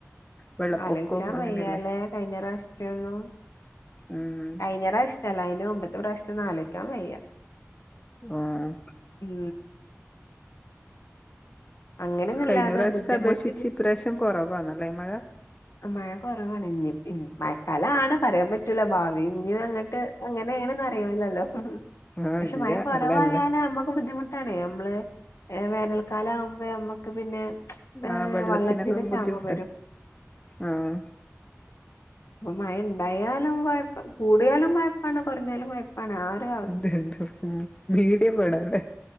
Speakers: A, on the left; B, on the left.
A: വെള്ളപ്പൊക്കവും
B: ആലോയിച്ചാ
A: അങ്ങനെയല്ലേ
B: വയ്യാലേ കഴിഞ്ഞോവശ്യൊന്നും
A: ഉം
B: കഴിഞ്ഞറാശ്യ ചെല അന്റെ മുമ്പ് പ്രശ്ം നാലോയ്ക്കാൻ വയ്യ
A: ആഹ്
B: ഉം അങ്ങനെയൊന്നുല്ലാതെ
A: പക്ഷെ കഴിഞ്ഞ പ്രാവശ്യത്തെ
B: ബുദ്ധിമുട്ടില്
A: അപേക്ഷിച്ച് ഇപ്രാവശ്യം കുറവാണല്ലേ മഴ
B: മഴ കുറവാണ് ഇന്ന് ഇ മഴക്കാലാണ് പറയാൻ പറ്റൂല ഭാവി ഇഞ്ഞും അങ്ങട്ട് അങ്ങനെയണെന്ന് അറിയൂല്ലല്ലോ.
A: ആഹ്
B: പക്ഷെ
A: ഇല്ല
B: മഴ കുറവായാല്
A: അല്ല അല്ല
B: നമ്മുക്ക് ബുദ്ധിമുട്ട്. ണ നമ്മള് വേനൽക്കാലം ആകുമ്പോ നമ്മക്ക് പിന്നെ ഏഹ്
A: ആഹ് വെള്ളത്തിനെല്ലാം
B: വള്ളത്തിന് ക്ഷാമം
A: ബുദ്ധിമുട്ട
B: വരും
A: ആഹ്
B: അപ്പൊ മഴ ഇണ്ടായാലും കുഴപ്പ കൂടിയാലും കുഴപ്പാണ് കുറഞ്ഞാലും കുഴപ്പാണ് ആ ഒരു അവസ്ഥ.
A: ബ മീഡിയം വേണല്ലേ